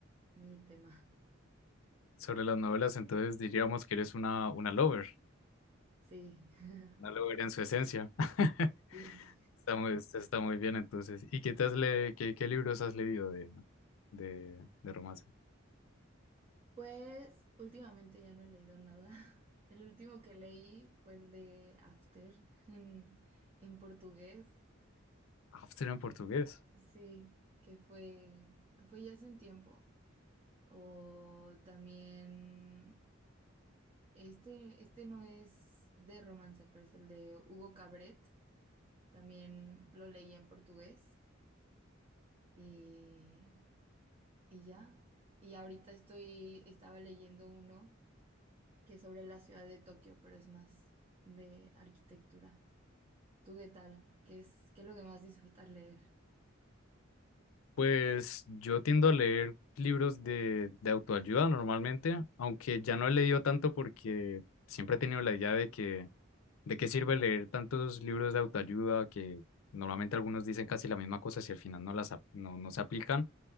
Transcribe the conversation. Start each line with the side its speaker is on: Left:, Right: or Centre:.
Right: mi tema.
Left: Sobre las novelas, entonces diríamos que eres una, una lover,
Right: Sí, <laughs>
Left: una lover en su esencia. <laughs>
Right: sí.
Left: Está muy, está muy bien entonces. ¿Y qué te has le, qué, qué libros has leído de, de, de romance?
Right: Pues últimamente ya no he leído nada. <laughs> El último que leí fue el de After en, en portugués.
Left: After en portugués.
Right: Sí, que fue, fue ya hace un tiempo. O también, este, este no es de romance, pero es el de Hugo Cabret. También lo leí en portugués y, y ya. Y ahorita estoy, estaba leyendo uno. que sobre la ciudad de Tokio, pero es más de arquitectura. ¿Tú qué tal? ¿Qué es, qué es lo que más disfrutas leer?
Left: Pues yo tiendo a leer libros de, de autoayuda normalmente, aunque ya no he leído tanto porque siempre he tenido la idea de que de qué sirve leer tantos libros de autoayuda que normalmente algunos dicen casi la misma cosa si al final no las ap- no, no se aplican.